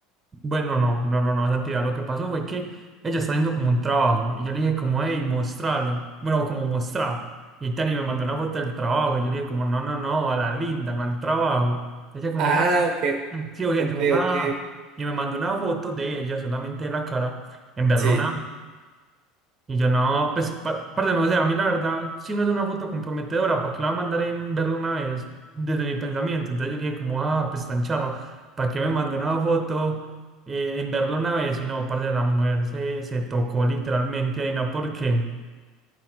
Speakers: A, on the right; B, on the right.
A: Bueno, no, no, no, no, Santiago. Lo que pasó fue que ella está haciendo como un trabajo y yo le dije como, hey, mostralo. Bueno, como mostrar. Y Tani me mandó una foto del trabajo y yo le dije como, no, no, no, a la linda, no al trabajo. Ella como,
B: Ah,
A: ah,
B: ok,
A: sí, oye,
B: ok,
A: como, ah.
B: ok.
A: Y me mandó una foto de ella, solamente de la cara, en Berlín
B: Sí,
A: y yo no, pues, pa- parce, no, o a mí la verdad, si no es una foto comprometedora, ¿para qué la va a mandar en verla una vez? Desde mi pensamiento. Entonces yo dije como, ah, pues tan charra, ¿para qué me mandó una foto eh, en verla una vez? Y no, parce, la mujer se, se tocó literalmente ahí, no, porque,